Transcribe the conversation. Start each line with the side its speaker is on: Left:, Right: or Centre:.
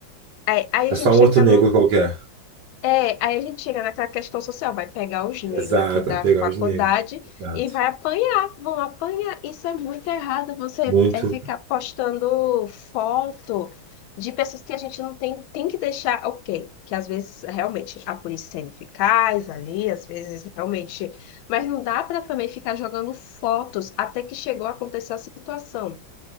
Left: aí, aí
Right: é
Left: a
Right: só
Left: gente
Right: um
Left: chega
Right: outro negro
Left: no,
Right: qualquer.
Left: é, aí a gente chega naquela questão social, vai pegar os negros
Right: Exato,
Left: aqui da
Right: vai pegar
Left: faculdade
Right: os negros. Exato.
Left: e vai apanhar, vão apanhar. Isso é muito errado, você
Right: Muito.
Left: é ficar postando foto de pessoas que a gente não tem, tem que deixar, ok, que às vezes realmente a polícia é ineficaz ali, às vezes realmente, mas não dá para também ficar jogando fotos até que chegou a acontecer a situação.